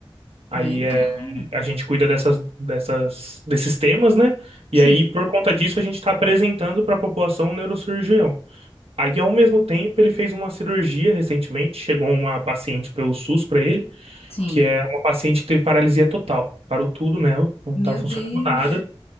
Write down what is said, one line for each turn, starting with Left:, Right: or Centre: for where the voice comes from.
Right: Aí
Left: legal.
Right: é, a gente cuida dessas, dessas, desses temas, né? E
Left: Sim,
Right: aí, por conta disso, a gente está apresentando para a população um neurocirurgião. Aí, ao mesmo tempo, ele fez uma cirurgia recentemente. Chegou uma paciente pelo SUS para ele,
Left: sim.
Right: que é uma paciente que teve paralisia total. Parou tudo nela, não
Left: Meu
Right: tá funcionando
Left: Deus.
Right: nada,